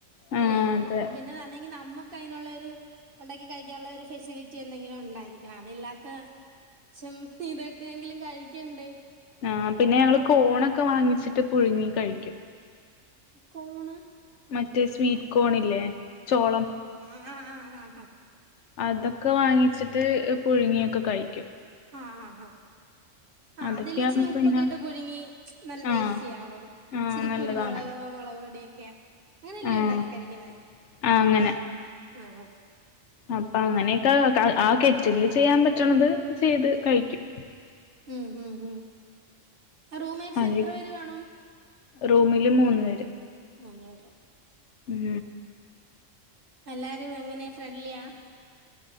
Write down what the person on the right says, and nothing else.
അല്ലേ
അപ്പ പിന്നെല്ലെ നമ്മ അതിനുള്ളരു ഉണ്ടാക്കി കഴിക്കാനുള്ള ഒരു ഫെസിലിറ്റി എന്തെങ്കിലും ഉണ്ടായിരിക്കണം അതില്ലാത്ത. പക്ഷം ഇതൊക്കെങ്കിലും കഴിക്കണ്ടേ.
കോൺ.
ആ ആഹ ആഹ് ആ
ആ ആ ഹ. ആ
അതില് ഇച്ചിരി ഉപ്പൊക്കെ
ഇട്ട് പുഴുങ്ങി, നല്ല ടേസ്റ്റിയാർന്നു
ഇച്ചിരി
കുരുമുക്, മുളക് പൊടി ഒക്കെ. ഓക്കെ അങ്ങനെ ഇല്ലേ
ഉണ്ടാക്കി കഴിക്കുന്നേ
ആ ആ.
ഉം ഉം ഉം റൂംമേറ്റ്സ്
എത്ര പേര് കാണും.
മൂന്ന് പേര് ഓക്കെ.
എല്ലാരും എങ്ങനെ ഫ്രണ്ട്ലിയാ.